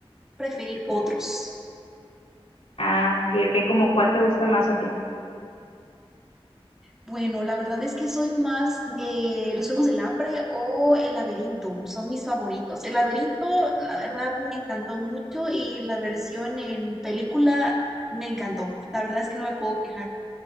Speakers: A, in the centre; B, on the left.
A: preferir otros.
B: Ah, ok, ok, como cuál te gusta más a ti.
A: Bueno, la verdad es que soy más de los Juegos del Hambre o el Laberinto, son mis favoritos. El Laberinto, la verdad, me encantó mucho y la versión en película me encantó. La verdad es que no me puedo quejar.